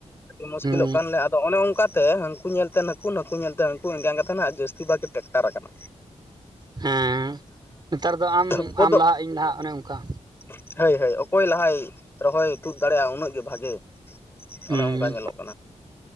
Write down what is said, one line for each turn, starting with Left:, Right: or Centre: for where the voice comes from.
Left: <unintelligible>
Right: ᱦᱮᱸ
Left: ᱢᱩᱥᱠᱤᱞᱚᱜ ᱠᱟᱱ ᱞᱮ ᱟᱫᱚ ᱚᱱᱮ ᱚᱱᱠᱟᱛᱮ ᱦᱟᱹᱱᱠᱩ ᱧᱮᱞᱛᱮ ᱱᱟᱹᱠᱩ ᱱᱟᱹᱠᱩ ᱧᱮᱞᱛᱮ ᱦᱟᱹᱱᱠᱩ <unintelligible> ᱡᱟᱹᱥᱛᱤ ᱵᱷᱟᱜ ᱜᱮ ᱴᱮᱠᱴᱟᱨ ᱟᱠᱟᱱᱟ
Right: ᱦᱮᱸ ᱱᱮᱛᱟᱨ
Left: <inaudible> <unintelligible>
Right: ᱫᱚ ᱟᱢ ᱟᱢ ᱞᱟᱦᱟᱜ ᱤᱧ ᱞᱟᱦᱟᱜ ᱚᱱᱮ ᱚᱱᱠᱟ
Left: ᱦᱳᱭ ᱦᱳᱭ ᱚᱠᱚᱭ ᱞᱟᱦᱟᱭ ᱨᱚᱦᱚᱭ ᱛᱩᱫ ᱫᱟᱲᱮᱭᱟᱜᱼᱟ ᱩᱱᱟᱹᱜ ᱜᱮ ᱵᱷᱟᱜᱮ
Right: ᱦᱩᱸ
Left: ᱚᱱᱮ ᱚᱱᱠᱟ ᱧᱮᱞᱚᱜ ᱠᱟᱱᱟ᱾